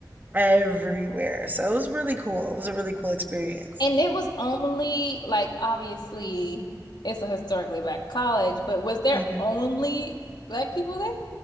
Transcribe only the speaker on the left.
And it was only like obviously it's a historically black college, but was there
only black people there?